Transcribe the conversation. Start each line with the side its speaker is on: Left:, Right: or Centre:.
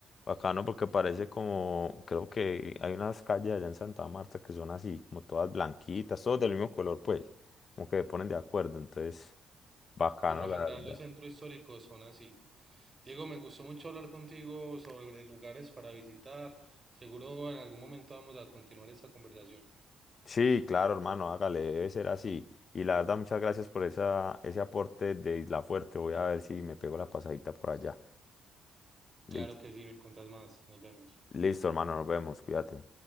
Left: Bacano porque parece como, creo que hay unas calles allá en Santa Marta que son así, como todas blanquitas, todas del mismo color, pues, como que se ponen de acuerdo, entonces, bacano,
Right: por lo
Left: la
Right: general
Left: verdad.
Right: los centros históricos son así. Diego, me gustó mucho hablar contigo sobre lugares para visitar, seguro en algún momento vamos a continuar esta conversación.
Left: Sí, claro, hermano, hágale, debe ser así. Y la verdad, muchas gracias por esa, ese aporte de Isla Fuerte. Voy a ver si me pego la pasadita por allá. Listo,
Right: Claro que sí, me contás más. Nos vemos.
Left: listo, hermano, nos vemos, cuídate.